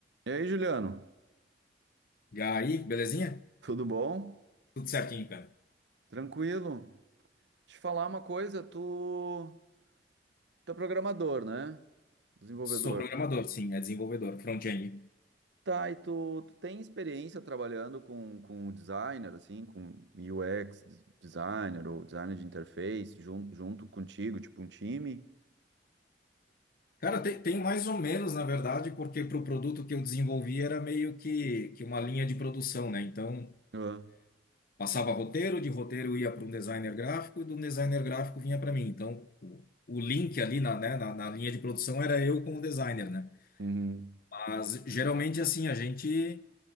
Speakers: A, on the right (about 75°); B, on the left (about 55°).
A: E aí, Juliano?
B: E aí, belezinha?
A: Tudo bom?
B: Tudo certinho, cara.
A: Tranquilo? Te falar uma coisa, tu, tu é programador, né? Desenvolvedor.
B: Sou programador, sim, é desenvolvedor, front-end.
A: Tá, e tu, tu tem experiência trabalhando com, com o designer, assim, com UX des- designer ou designer de interface, jun, junto contigo, tipo um time?
B: Cara, tem, tem mais ou menos, na verdade, porque para o produto que eu desenvolvi era meio que, que uma linha de produção, né? Então,
A: Ah,
B: passava roteiro, de roteiro ia para um designer gráfico e do designer gráfico vinha para mim. Então, o, o link ali na, né, na, na linha de produção era eu com o designer, né?
A: Uhum.
B: Mas, geralmente, assim, a gente.